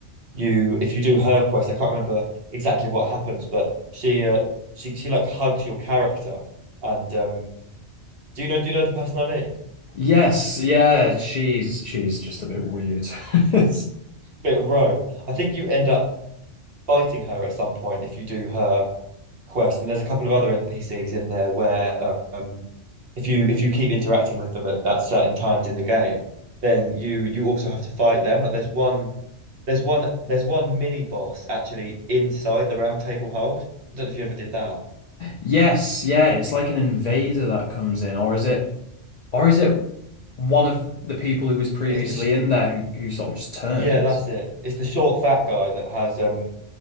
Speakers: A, on the right (about 55°); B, on the left (about 60°).
A: you if you do her quest, I can't remember exactly what happens, but she uh, she she like hugs your character. And um, do you know do you know the person I mean?
B: Yes, yeah, she's she's just a bit weird. <laughs>
A: Bit Rogue. I think you end up fighting her at some point if you do her quest. And there's a couple of other NPCs in there where um, if you if you keep interacting with them at, at certain times in the game, then you you also have to fight them. Like there's one there's one there's one mini boss actually inside the Round Table Hold. I don't know if you ever did that.
B: Yes, yeah, it's like an invader that comes in, or is it, or is it? one of the people who was previously
A: It's
B: in
A: the
B: there who who sort of just turns.
A: Yeah, that's it. It's the short, fat guy that has um